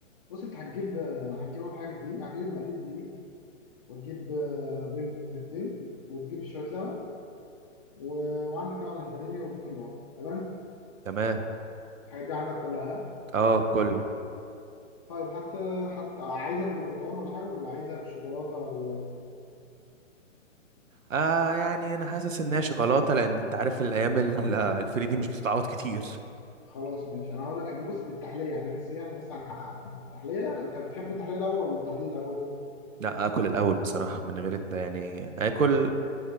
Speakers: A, on the left; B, on the right.
A: بص انت هتجيب هتجيب اول حاجه دي هتجيب المقادير دي وتجيب آه، بيض بيضتين وتجيب شويه لبن و... وعندك طبعا الفانيليا والبيكنج باودر تمام
B: تمام
A: الحاجات دي عندك كلها
B: اه كله
A: طيب حتى حتى عايزها بالبرتقال ولا حاجه ولا عايزها بالشوكولاته ولا
B: آه يعني انا حاسس ان هي شوكولاته لان انت عارف الايام ال- الفري دي مش بتتعوض كتير
A: خلاص ماشي انا هقول لك دي بص دي التحليه احنا لسه ايه احنا لسه هنحقق يعني التحليه انت بتحب التحليه الاول ولا التحليه الاول
B: لا اكل الاول بصراحه من غير الت- يعني اكل